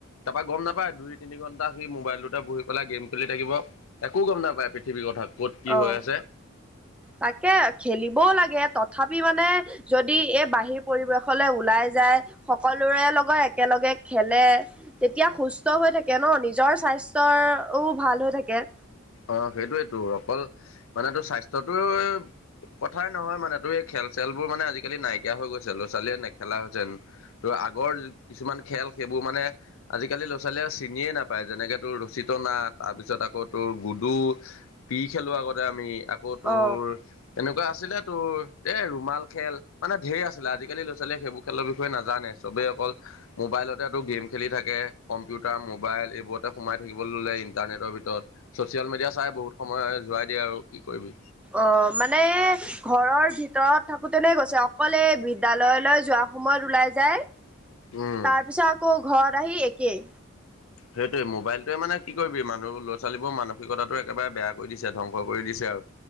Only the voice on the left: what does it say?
তাৰপৰা গম নাপায় দুই তিনি ঘণ্টা সি মোবাইলটোতে বহি পেলাই গেম খেলি থাকিব একো গম নাপায়, পৃথিৱীৰ কথা ক'ত কি হৈ
আছে
অ', সেইটোয়েতো অকল মানে তোৰ স্বাস্থ্যটো কথাই নহয় মানে তোৰ এই খেল চেলবোৰ মানে আজিকালি নাইকিয়া হৈ গৈছে ল'ৰা ছোৱালীয়ে নেখেলা হৈছে ত আগৰ কিছুমান খেল সেইবোৰ মানে আজিকালি ল'ৰা ৱালীয়ে আৰু চিনিয়ে নাপায় যেনেকে তোৰ ৰচী না তাৰপিছত আকৌ তোৰ গুডু পি খেলোৱা আগতে আমি আকৌ তোৰ
এনেকুৱা আছিলে তোৰ এই ৰুমাল খেল মানে ঢেৰ আছিলে আজিকালি ল'ৰা ছোৱালীয়ে সেইবোৰ খেলৰ বিষয়ে নাজানে চবেই অকল মোবাইলতেতো গেম খেলি থাকে কম্পিউটাৰ মোবাইল এইবোৰতে সোমাই থাকিবলৈ ল'লে ইণ্টাৰনেটৰ ভিতৰত ছ'চিয়েল মিডিয়া চাই বহুত সময় যোৱাই দিয়ে আৰু কি কৰিবি
উম
সেইটোৱে মোবাইলটোৱে মানে কি কৰিবি মানুহ ল'ৰা ছোৱালীবোৰ মানসিকতা একেবাৰে বেয়া কৰি দিছে ধ্বংস কৰি দিছে আৰু